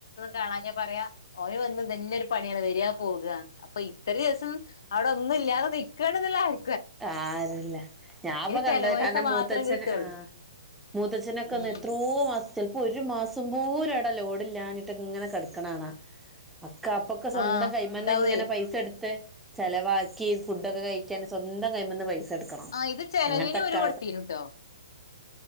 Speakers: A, on the left; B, in the centre.
A: കാണാഞാ പറയാ ഓന് വന്ന തന്നെ ഒരു പണിയാണ് വരിയാ പോക അപ്പൊ ഇത്ര ദിവസം അവിടെ ഒന്നും ഇല്ലാതെ നിെക്കുകണ എന്നുള്ള ആും
B: ആര്ല്ല ഞാൻപ്പൊ കണ്ടത്
A: ചെലവൈസ
B: കാരണം
A: മാത്രം
B: മൂത്തച്ഛന്
A: കിട്ടുള്ളൂ
B: ആ മൂത്തച്ഛനൊക്കെ ഒന്ന്
A: ഉം
B: എത്രോ മ ഇൊ ഒരു മാസം പോര അട ലോഡില്ലാഞ്ഞിട്ട് ഇങ്ങനെ കിടക്കണണാ അക്ക അപ്പൊക്കെ സ്വന്തം
A: ആഹ്
B: കൈ്മറി
A: ഇണ്ടാവേ
B: ഇങ്ങനെ പൈസ എടുത്ത് ചെിലവാക്കി ഫുഡൊക്കെ കഴിക്കാൻ സ്വന്തം കഴമന്ന് പൈസ എടുക്കണം
A: ആഹ് ഇത് ചെലവിന്
B: അങ്ങനത്തെൊക്കെ
A: ഓര് കൊടുത്തീനുട്ടോ